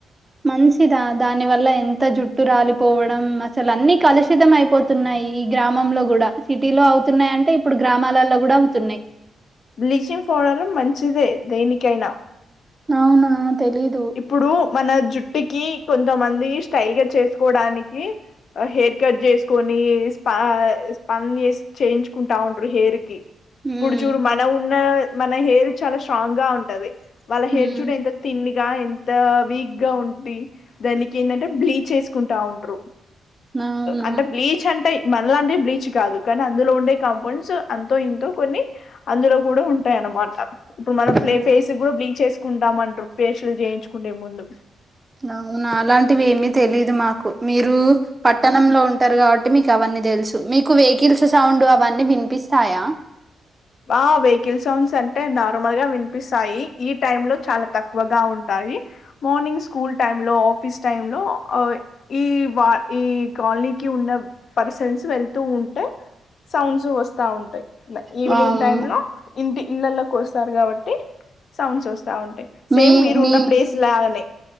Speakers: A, on the right (about 20°); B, on the left (about 55°).
A: మంచిదా దాని వల్ల ఎంత జుట్టు రాలిపోవడం అసలు అన్నిీ కలుషితం అయిపోతున్నాయి ఈ గ్రామంలో కూడా సిటీలో అవుతున్నాయి అంటే ఇప్పుడు గ్రామాలలో కూడా అవుతున్నాయి్
B: బ్లీచింగ్ పౌడరు మంచిదే దేనికైనా
A: అవునా తెలీదు
B: ఇప్పుడు మన జుట్టుకి కొంతమంది స్టైల్ గా చేసుకోవడానికి హెయిర్ కట్ చేసుకొని స్ప స్పన్ చేయించుకుంటా ఉంటారు హెయిర్ కి
A: హ్మ్
B: ఇప్పుడు చూడు మన ఉన్న మన హెయిర్ చాలా స్ట్రాంగ్ గా ఉంటది వాళ్ళ హెయిర్
A: హ్మ్
B: చూడు ఎంత తిం ఎంత వీక్ గా ఉంటీ దానికి ఏంటంటే బ్లీచ్ వేసుకుంటా ఉంటరు
A: అవునా
B: అంటే బ్లీచ్ అంటాయి మనలాంటిే బ్లీచ్ కాదు కానీ అందులో ఉండే కంపోనెంట్స్ అంతో ఇంతో కొన్ని అందులో కూడా ఉ టాయ అనమాట ఇప్పుడు మనం
A: హ్మ్
B: ఫేస్ కూడా బ్లీచ్ చేసుకుంటాంట ఫేషియల్ చేయించుకునే ముందు
A: అవునా అలాంటివి ఏమి తెలీదు మాకు మీరు పట్టణంలో ఉ టరు కాబట్టి మీకు అవన్నీ తెలుసు మీకు వెహికల్స్ సౌండ్ అవన్నీ వినిపిస్తాయా
B: ఆ వెహికల్ సౌండ్స్ అంటే నార్మల్ గా వినిపిస్తాయి ఈ టైమ్ లో చాలా తక్కువ ఉంటాయి మార్నింగ్ స్కూల్ టైమ్ లో ఫీస్ టైమ్ లో ఈ ఈ కాలనీకి ఉన్న పర్సన్స్ వెళ్తూ ఉంటే సౌండ్స్ వస్తా ఉంటాయి ఈవినింగ్
A: వామ్మో
B: టైమ్ లో ఇంటి ఇల్లల్లో కోస్తారు కాబట్టి సౌండ్స్ వస్త తా ఉంటాయి సేమ్
A: మీ
B: మీరు
A: మీ
B: ఉన్న ప్లేస్ లాగానే